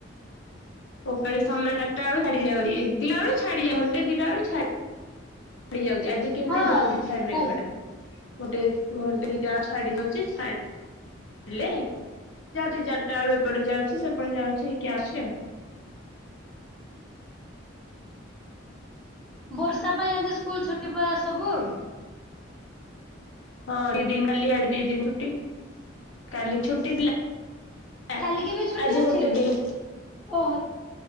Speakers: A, on the left; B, in the centre.
A: ଉପଳି ସମୟ ବାରଟା ବେଳୁ ଛାଡି ଯାଉଛି। ଦିନଆଳୁ ଛାଡି ଯାଉ ଘଣ୍ଟେ ଦିଟା ଛା ଛାଡିଯାଉଛି ଆଜି କେମିତି
B: ହଁ
A: ଜଲ୍ଦି ଛାଡ ମେଘଟା
B: ସରି
A: ଗୋଟେ ଘଣ୍ଟେ ଦିଟା ଛାଡି ଯାଉଛି ଛାଡ ହେଲେ ଯାଉଛି ଚାରିଟା ବେଳୁ ଏପଟେ ଯାଉଛି ସେପଟେ ଯାଉଛି ହେଇକି ଆସୁଛି ଆଉ।
B: ବର୍ଷା ପାଇଁ ଆଜି ସ୍କୁଲ ଛୁଟି ପରା ସବୁ!
A: ହଁ ଦି ଦିନ କାଲି ଆ ଦି ଦିନ ଛୁଟି କାଲି ଛୁଟି ଥିଲା। ଆ
B: କାଲିକି ବି ଛୁଟି
A: ଆଜି
B: ଅଛି?
A: ଗୋଟେ ଦିନ।
B: ଓହୋ